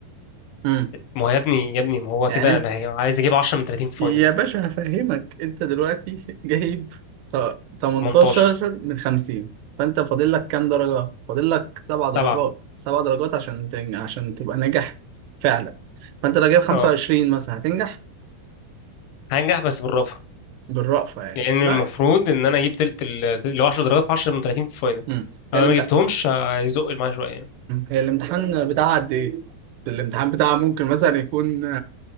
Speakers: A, on the right (about 85°); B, on the left (about 80°).
A: مم.
B: ما هو يا ابني يا ابني ما هو
A: يعني
B: كده
A: انت
B: انا هي... عايز اجيب 10 من 30 في فاينل
A: يا باشا هفهمك انت دلوقتي <laughs> جايب ت- 18
B: 18
A: من 50 فانت فاضل لك كام درجة فاضل لك سبع
B: 7
A: درجات سبع درجات عشان تنج... عشان تبقى ناجح فعلا فانت لو جايب 25
B: اه
A: مثلا هتنجح
B: هنجح بس بالرافع
A: بالرأفة يعني
B: لان
A: لا
B: المفروض ان انا اجيب تلت ال اللي هو 10 درجات في 10 من 30 في فاينل
A: مم. هي
B: لو
A: الامتحان
B: انا ما جبتهمش هيزق معايا شويه يعني
A: هي الامتحان بتاعها قد ايه الامتحان بتاعها ممكن مثلا يكون